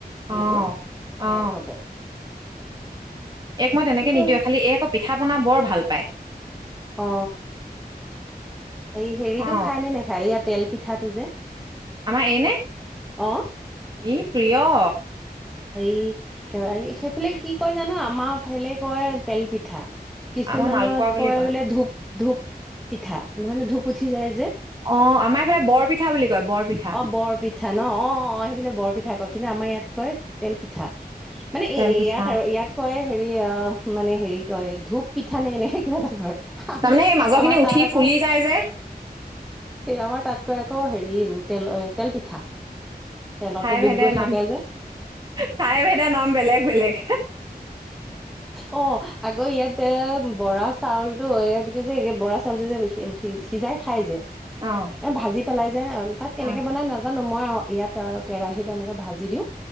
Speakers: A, on the right (about 25°); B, in the centre.
A: অ
B: এইবোৰ বেয়াই
A: অ
B: পাব
A: এক মই তেনেকে
B: কিন্তু
A: নিদিওঁ খালি এক, পিঠা পনা বৰ ভাল পায়।
B: অ, এই হেৰিতটো
A: অ
B: খাই নে নেখায় ইয়াৰ তেল পিঠাটো যে
A: আমাৰ এনে
B: অ,
A: ই প্ৰিয়।
B: হে সেইফালে কি কয় জানো আমাৰফালে কয় তেলপিঠা। কিছুমানত
A: আমাৰ মালপোৱা বুলি
B: কয় বোলে ধূপ ধূপ পিঠা মানে ধূপ উঠি যায় যে।
A: অ আমাৰ এইফালে বৰপিঠা বুলি কয় বৰপিঠা।
B: অ বৰ পিঠা ন অ অ অ সেইবিলাক বৰপিঠা কয় কিন্তু আমাৰ ইয়াত কয় তেল পিঠা। মানে
A: তেল
B: এই
A: পিঠা
B: ইয়াত আৰু ইয়াত, কয় হেৰি অ মানে হেৰি কয় ধূপ পিঠা নে এনেকে কিবা এটা কয়। আমি
A: তাৰমানে সেই মাজৰ খিনি
B: আমাৰ
A: উঠি
B: তাত আক।
A: ফুলি যায় যে
B: আমাৰ তাত কয় আক হেৰি তেল তেল পিঠা। তেলতে
A: ঠাই
B: ডুব
A: ভেদে
B: গৈ
A: নাম,
B: থাকে যে
A: ঠাই ভেদে নাম বেলেগ বেলেগ।
B: অ আকৌ ইয়াত এ বৰা চাউলতটো এই কি যে বৰা চাউলটো যে সিজাই খাই যে।
A: অ,
B: ভাজি পেলাই যে তাত কেনেকৈ
A: অ
B: বনাই নাজানো মই ইয়াত কেৰাহীত এনেকে ভাজি দিওঁ।